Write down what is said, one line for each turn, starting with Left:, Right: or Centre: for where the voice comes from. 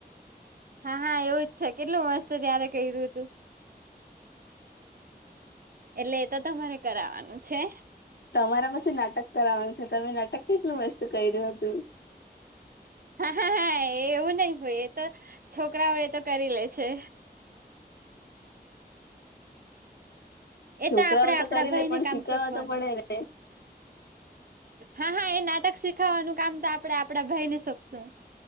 Right: હા હા એવું જ છે કેટલું મસ્ત ત્યારે કર્યું હતું. એટલે એ તો તમારે કરાવવાનું છે.
Left: તમારા પાસે નાટક કરાવાનું છે તમે નાટક કેટલું મસ્ત કર્યું હતું.
Right: હા, હા, હા, એવું નહી હોય એ તો છોકરાઓ એ તો કરી લે છે. એ
Left: છોકરાઓ
Right: તો આપણે આપણા
Left: કરી
Right: ભાઈ
Left: લે પણ
Right: ને કામ
Left: શીખાવા
Right: સોંપવાનું.
Left: તો પડે ને
Right: હા, હા, એ નાટક શીખાવવાનું કામ તો આપણે આપણા ભાઈ ને સોંપશું.